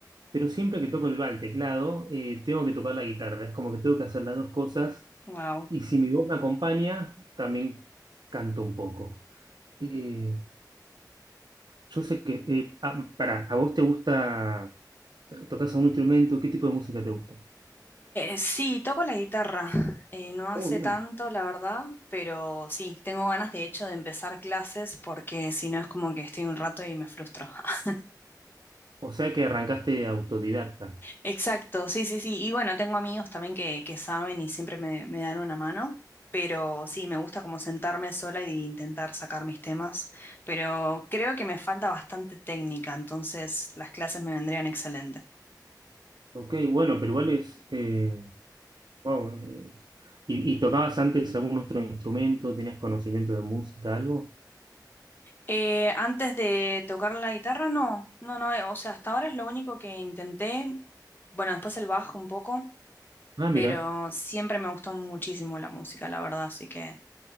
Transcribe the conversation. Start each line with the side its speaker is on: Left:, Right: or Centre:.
Right: pero siempre que toco el, el teclado, eh, tengo que tocar la guitarra. Es como que tengo que hacer las dos cosas
Left: Wow.
Right: y si mi voz me acompaña, también canto un poco. Eh, yo sé que, eh, ah, pará, ¿a vos te gusta, to- tocas algún instrumento? ¿Qué tipo de música te gusta?
Left: sí, toco la guitarra. Eh, no hace
Right: Muy bien.
Left: tanto, la verdad, pero sí, tengo ganas de hecho de empezar clases porque si no es como que estoy un rato y me frustro. <laughs>
Right: O sea que arrancaste autodidacta.
Left: Exacto, sí, sí, sí. Y bueno, tengo amigos también que, que saben y siempre me, me dan una mano, pero sí, me gusta como sentarme sola e intentar sacar mis temas, pero creo que me falta bastante técnica, entonces las clases me vendrían excelente.
Right: Ok, bueno, pero igual es, eh, wow, es- ¿Y, y tocabas antes algún otro instrumento? ¿Tenías conocimiento de música, algo?
Left: Eh, antes de tocar la guitarra, no, no, no, eh, o sea, hasta ahora es lo único que intenté, bueno, después el bajo un poco,
Right: Ah,
Left: pero
Right: mira,
Left: siempre me gustó muchísimo la música, la verdad, así que